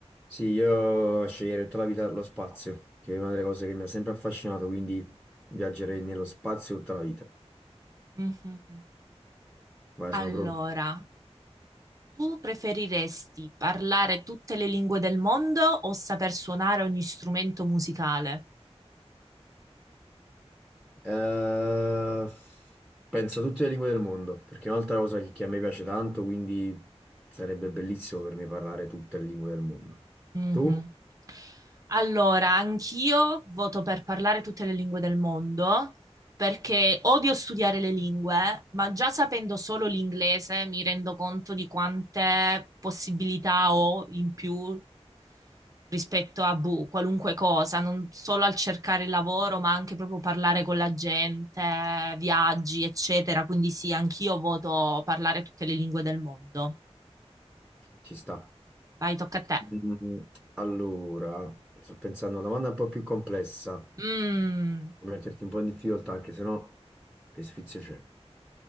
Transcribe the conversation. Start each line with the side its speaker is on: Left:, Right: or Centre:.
Centre: Sì, io sceglierei tutta la vita lo spazio, che è una delle cose che mi ha sempre affascinato, quindi viaggerei nello spazio tutta la vita.
Right: Mhm.
Centre: Vai, sono
Right: Allora.
Centre: pronto.
Right: Tu preferiresti parlare tutte le lingue del mondo o saper suonare ogni strumento musicale?
Centre: Eh, penso a tutte le lingue del mondo, perché è un'altra cosa che, che a me piace tanto, quindi sarebbe bellissimo per me parlare tutte le lingue del mondo.
Right: Mhm.
Centre: Tu?
Right: Allora, anch'io voto per parlare tutte le lingue del mondo perché odio studiare le lingue, ma già sapendo solo l'inglese mi rendo conto di quante possibilità ho in più rispetto a boh, qualunque cosa, non solo al cercare il lavoro, ma anche proprio parlare con la gente, viaggi, eccetera. Quindi sì, anch'io voto parlare tutte le lingue del mondo.
Centre: Ci sta.
Right: Vai, tocca a te.
Centre: Mm, Allora, sto pensando a una domanda un po' più complessa.
Right: Mm,
Centre: per metterti un po' in difficoltà, perché sennò che sfizio c'è.